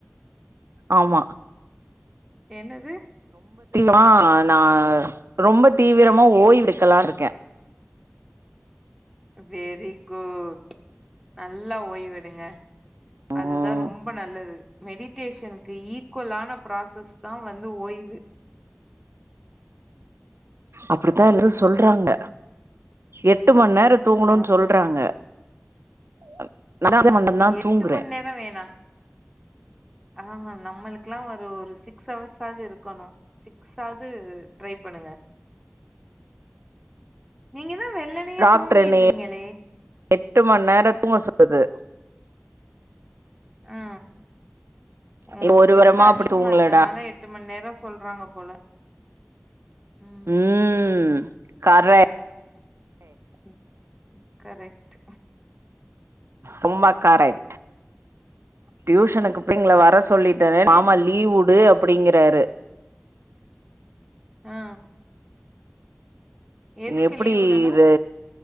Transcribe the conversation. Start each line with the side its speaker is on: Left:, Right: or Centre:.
Right: ஆமா
Centre: என்னது
Right: வா நா ரொம்ப தீவிரமா ஓய்வெடுக்கலான்ருக்கே
Centre: வெரி குட் நல்லா ஓய்வெடுங்க
Right: ம்
Centre: அதுதா ரொம்ப நல்லது மெடிடேஷனுக்கு ஈக்வலான ப்ராசஸ் தா வந்து ஓய்வு
Right: அப்டித்தா எல்லாரு சொல்றாங்க எட்டு மண் நேர தூங்கனுன்
Centre: ஆமா
Right: சொல்றாங்க <inaudible> மண் நேரந்தா
Centre: எட்டு
Right: தூங்குறே
Centre: மண் நேர வேணா ஆஹா நம்மளுக் லா ஒரு ஒரு சிக்ஸ் அவர்ஸாது இருக்கனு சிக்ஸ் ஆது ட்ரை பண்ணுங்க நீங்க தான் வெள்ளனையே
Right: டாக்ட்ரு
Centre: தூங்கிடுவீங்களே
Right: என்னய எட்டு மண் நேர தூங்க சொல்லுது
Centre: ஆ உங்க
Right: நீ
Centre: ஸ்ட்ரெஸ்ஸு
Right: ஒரு வாரமா
Centre: அதிகமா
Right: அப்டி தூங்கலடா
Centre: இருக்கனால எட்டு மண் நேரொ சொல்றாங்கப் போல ம்
Right: ம் கரெ
Centre: ம் கரெக்ட்
Right: ரொம்ப கரெக்ட் டியூஷனுக்கு பிள்ளைங்கள வர சொல்லிட்டனே மாமா
Centre: என்
Right: லீவ் வுடு அ ப்புடிங்கிறாரு
Centre: ஆ எதுக்கு
Right: எப்டி
Centre: லீவ் விடணு
Right: இது